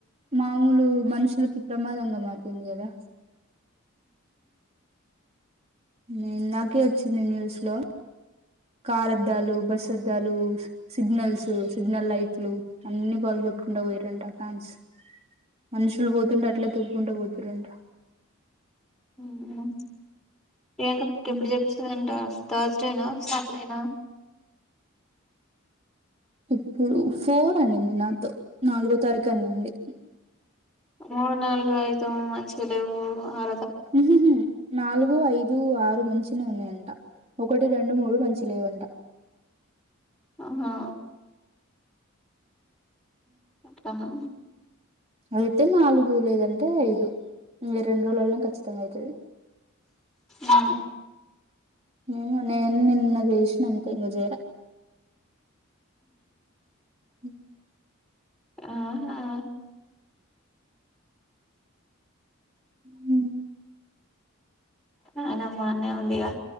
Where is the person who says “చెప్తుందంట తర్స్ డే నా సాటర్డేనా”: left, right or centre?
Centre